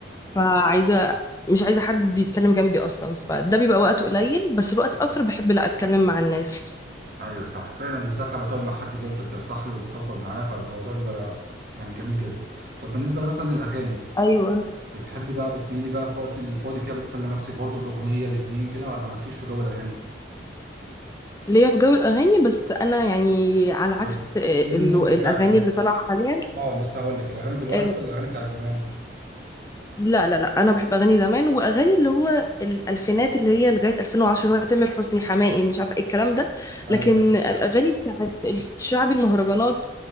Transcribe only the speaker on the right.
أيوة.
ايوه صح فعلا بالذات لما تقعد مع حد كده انت بترتاح له وبتفضفض معاه فالموضوع بيبقى لا- يعني جميل جدا طب بالنسبه مثلا للاغاني
بتحبي بقى بتميلي بقى في وقت الفاضي كده بتسلي نفسك برضو باغنيه باتنين كده ولا مالكيش في جو الاغاني
طب
ايه المود
بتاعك طيب
اه لسه هقول لك الاغاني دلوقتي
ولا الاغاني بتاعت زمان
ايوه
ايوه